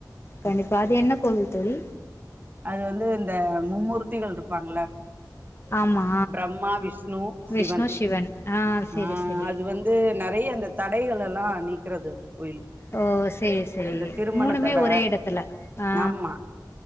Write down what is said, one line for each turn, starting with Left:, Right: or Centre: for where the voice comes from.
Left: கண்டிப்பா அது என்ன கோவில் தோழி
Right: அது வந்து இந்த மும்மூர்த்திகள் இருப்பாங்கல
Left: ஆமா
Right: பிரம்மா விஷ்ணு சிவன்
Left: விஷ்ணு சிவன் ஆ செரி
Right: ஆ
Left: செரி
Right: அது வந்து நறைய அந்த தடைகளல்லா நீக்குறது அந்த கோயில்
Left: ஓ செரி செரி
Right: இந்த திருமண
Left: மூணுமே
Right: தட
Left: ஒரே இடத்துல அ
Right: ஆமா